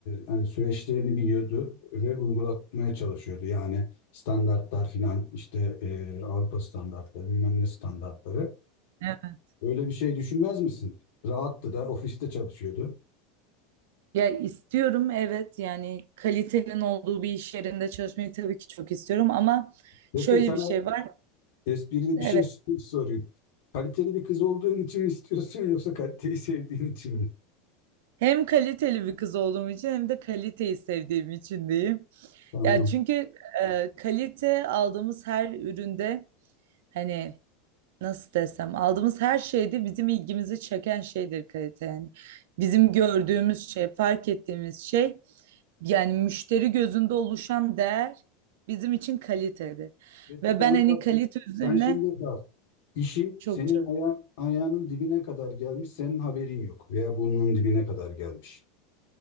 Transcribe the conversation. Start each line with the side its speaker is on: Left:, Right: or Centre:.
Left: hani süreçlerini biliyordu ve uygulatmaya çalışıyordu. Yani standartlar filan işte e, Avrupa standartları bilmem ne standartları.
Right: evet.
Left: Öyle bir şey düşünmez misin? Rahattı da ofiste çalışıyordu.
Right: Ya istiyorum evet yani kalitenin olduğu bir iş yerinde çalışmayı tabii ki çok istiyorum ama
Left: Peki
Right: şöyle
Left: sana
Right: bir şey var.
Left: esprili
Right: Evet.
Left: bir şey <laughs> sorayım. Kaliteli bir kız olduğun için mi istiyorsun yoksa kaliteyi sevdiğin için mi?
Right: Hem kaliteli bir kız olduğum için hem de kaliteyi sevdiğim için diyeyim.
Left: Tamam.
Right: Ya çünkü e, kalite aldığımız her üründe hani nasıl desem aldığımız her şeyde bizim ilgimizi çeken şeydir kalite yani. Bizim gördüğümüz şey, fark ettiğimiz şey yani müşteri gözünde oluşan değer bizim için kalitedir.
Left: Peki
Right: Ve
Left: sana
Right: ben hani
Left: bak,
Right: kalite üzerine
Left: sen şimdi bak, işin
Right: çok
Left: senin
Right: çok.
Left: aya ayağının dibine kadar gelmiş, senin haberin yok veya burnunun dibine kadar gelmiş.